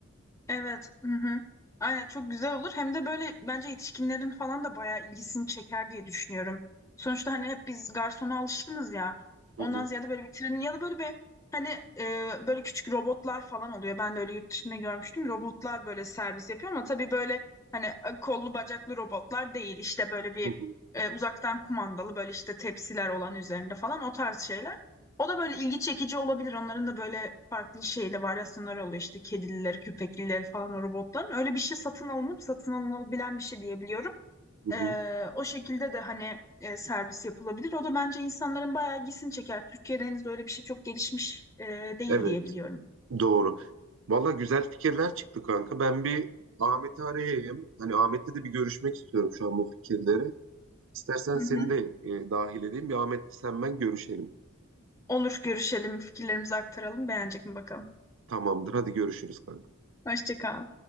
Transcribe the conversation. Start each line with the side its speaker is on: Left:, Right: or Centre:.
Left: Evet. Hı hı. Aynen çok güzel olur. Hem de böyle bence yetişkinlerin falan da bayağı ilgisini çeker diye düşünüyorum. Sonuçta hani hep biz garsona alışkınız ya.
Right: Hı
Left: Ondan
Right: hı.
Left: ziyade böyle bir trenin ya da böyle bir hani e, böyle küçük robotlar falan oluyor. Ben de öyle yurt dışında görmüştüm. Robotlar böyle servis yapıyor ama tabii böyle hani e, kollu bacaklı robotlar değil. İşte böyle bir
Right: Hı hı.
Left: e, uzaktan kumandalı böyle işte tepsiler olan üzerinde falan o tarz şeyler. O da böyle ilgi çekici olabilir. Onların da böyle farklı şeyle varyasyonları oluyor. İşte kedililer, köpekliler falan o robotların. Öyle bir şey satın alınıp satın alınabilen bir şey diyebiliyorum.
Right: Hı hı.
Left: Ee, o şekilde de hani e, servis yapılabilir. O da bence insanların bayağı ilgisini çeker. Türkiye'de henüz öyle bir şey çok gelişmiş e, değil
Right: Evet.
Left: diyebiliyorum.
Right: Doğru. Valla güzel fikirler çıktı kanka. Ben bir Ahmet'i arayayım. Hani Ahmet'le de bir görüşmek istiyorum şu an bu fikirleri. İstersen
Left: Hı
Right: seni
Left: hı.
Right: de e, dahil edeyim. Bir Ahmet sen ben görüşelim.
Left: Olur görüşelim, fikirlerimizi aktaralım. Beğenecek mi bakalım.
Right: Tamamdır. Hadi görüşürüz kanka.
Left: Hoşça kal.